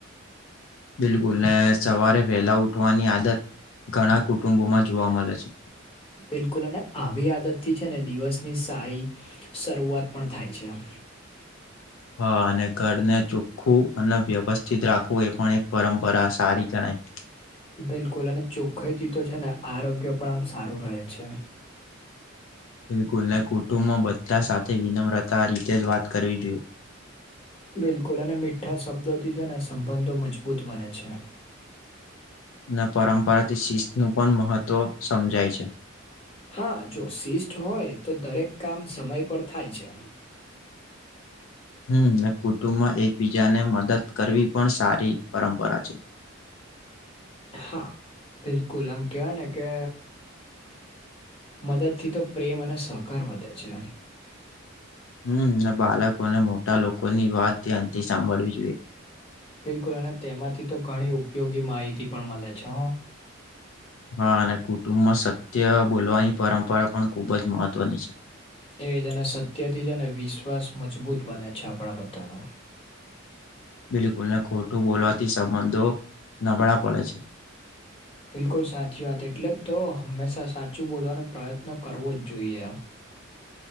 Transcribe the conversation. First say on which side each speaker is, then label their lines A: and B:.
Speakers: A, on the left; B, on the left.
A: બિલકુલ ને સવારે વહેલા ઉઠવાની આદત ઘણા કુટુંબો માં જોવા મળે છે.
B: બિલકુલ અને આવી આદત થી છે ને દિવસની સારી શરૂઆત પણ થાય છે.
A: હા અને ઘરને ચોખ્ખવું અને વ્યવસ્થિત રાખવું એ પણ એક પરંપરા સારી ગણાય.
B: બિલકુલ અને ચોખ્ખાઈથી તો છે ને આરોગ્ય પણ આમ સારું રહેે છે.
A: બિલકુલ ને કુટુંબ બધા સાથે વિનમ્રતા રીતે જ વાત કરવી જોઈએ.
B: બિલકુલ અને મીઠા શબ્દોથી છે ને સંબંધો મજબૂત બને છે.
A: ને પરંપરાથી શિસ્ત નું પણ મહત્વ સમજાય છે.
B: હા જો શિષ હોય તો દરેક કામ સમય પર થાય છે.
A: હમ કુટુંબમાં એકબીજાને મદદ કરવી પણ સારી પરંપરા છે.
B: હા બિલકુલ આમ કેવાય ને કે મદદથી તો પ્રેમ અને સહકાર વધે છે.
A: હમ બાળકોને મોટા લોકોની વાત ધ્યાથી સાંભળવી જોઈએ.
B: બિલકુલ અને તેમાંથી તો ઘણી ઉપયોગી માહિતી પણ મળે છે.
A: હા અને કુટુંબમાં સત્ય બોલવાની પરંપરા પણ ખુબ જ મહત્વની છે.
B: એ જેને સત્યથી છે ને વિશ્વાસ મજબૂત બને છે આપણા બધાનો.
A: બિલકુલ ને ખોટું બોલવાથી સંબંધો નબળા પડે છે.
B: બિલકુલ સાચી વાત એટલે તો હંમેશા સાચું બોલવાનો પ્રયત્ન કરવો જ જોઈએ.